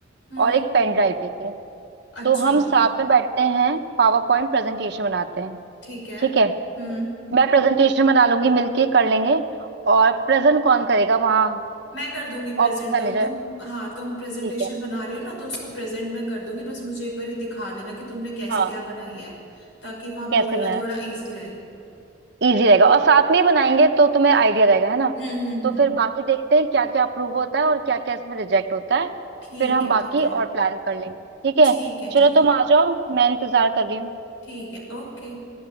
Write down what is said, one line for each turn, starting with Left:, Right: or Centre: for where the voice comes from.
Left: हम्म
Right: और एक पेन ड्राइव लेके
Left: अच्छा
Right: तो हम साथ में बैठते हैं पावर पॉइंट प्रेजेंटेशन बनाते हैं
Left: ठीक है
Right: ठीक
Left: हम्म
Right: है मैं प्रेजेंटेशन बना लूंगी मिलके कर लेंगे और प्रेजेंट कौन करेगा वहाँ
Left: मैं कर दूंगी प्रेजेंट
Right: ऑप्स मैनेजर
Left: तो तुम हाँ तुम प्रेजेंटेशन
Right: ठीक है
Left: बना रही हो ना तो उसको प्रेजेंट में कर दूंगी बस मुझे एक बार ये दिखा देना कि तुमने कैसे
Right: हाँ
Left: क्या बनाई है ताकि वहां बोलना
Right: कैसे बनाया
Left: थोड़ा इजी रहे
Right: इजी रहेगा और साथ में ही बनाएंगे तो तुम्हें आइडिया रहेगा है ना
Left: हम्म हम्म
Right: तो
Left: हम्म
Right: फिर बाकी देखते हैं क्या क्या अप्रूव होता है और क्या क्या इसमें रिजेक्ट होता है
Left: ठीक
Right: फिर हम
Left: है
Right: बाकी
Left: ठीक है
Right: और प्लान कर लेंगे ठीक है
Left: ठीक है
Right: चलो
Left: ठीक है
Right: तुम आ जाओ मैं इंतजार कर रही हूँ
Left: ठीक है ओके